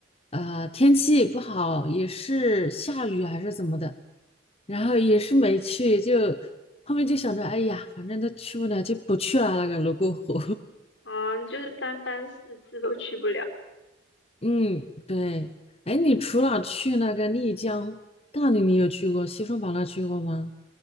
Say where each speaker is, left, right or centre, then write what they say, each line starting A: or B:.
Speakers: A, on the left; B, on the left.
A: 呃天气不好，也是下雨啊还是怎么的，然后也是没去。就后面就想着，哎呀，反正都去不了，就不去了那个泸沽湖。
B: 嗯，就是三番四次都去不了。
A: <laughs> 嗯，对。哎，你除了去那个丽江、大理，你有去过？西双版纳去过吗？